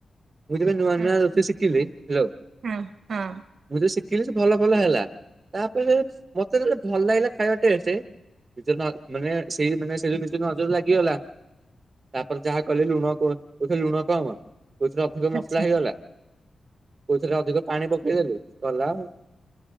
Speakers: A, on the right; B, on the right.
A: ଯୋଇତି ପାଇଁ ନୁଆ ନୁଆ
B: ଆଚ୍ଛା
A: ରୋଷେଇ ସିଖିିଲି ହାଲୋ ମୁଁ
B: ହଁ ହଁ
A: ଯେ ଶିଖିଲି ସେ ଭଲ ଭଲ ହେଲା ତାପରେ ମତେ ଭଲ ଲାଗିଲା ଖାଇବା ଟେଷ୍ଟ ନିଜ ମାନେ ସେଇ ମାନେ ସେ ଯ ନିଜ ନଜର ଲାଗିଗଲା ତାପରେ ଯାହା କଲେ ଲୁଣ କୋଉଥିରେ ଲୁଣ କମ କୋଉଥିରେ ଅଧିକ ମସଲା
B: ଆଚ୍ଛା
A: ହେଇଗଲା କୋଉଥିରେ ଅଧିକ ପାଣି ପକେଇଦେଲି ଗଲା ଆଉ